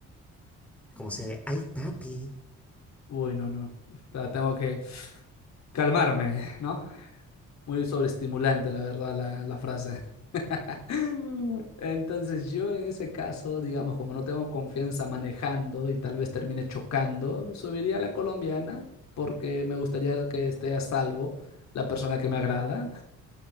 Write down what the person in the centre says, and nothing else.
Como se, ay papi.